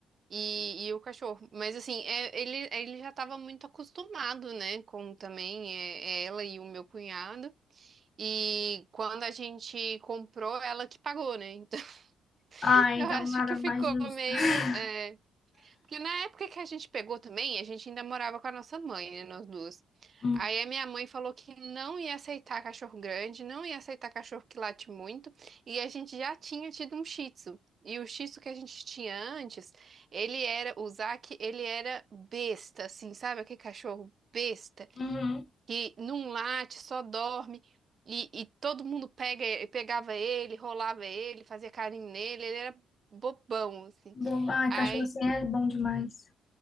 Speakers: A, on the right; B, on the left.
A: e, e o cachorro. Mas, assim, é, ele, ele já tava muito acostumado, né, com também é, é ela e o meu cunhado. E quando a gente comprou, ela que pagou, né? Então,
B: Ah,
A: <laughs> eu
B: então
A: acho
B: nada
A: que ficou
B: mais justo.
A: meio.
B: <laughs>
A: é, porque na época que a gente pegou também, a gente ainda morava com a nossa mãe, né, nós duas.
B: Hum.
A: Aí a minha mãe falou que não ia aceitar cachorro grande, não ia aceitar cachorro que late muito, e a gente já tinha tido um Shih Tzu. E o Shih Tzu que a gente tinha antes, ele era, o Zaki, ele era besta, assim, sabe? Aquele cachorro besta,
B: Uhum.
A: que não late, só dorme. E, e todo mundo pega, pegava ele, rolava ele, fazia carinho nele, ele era bobão, assim.
B: Bom, ai,
A: Aí
B: cachorro assim é bom demais.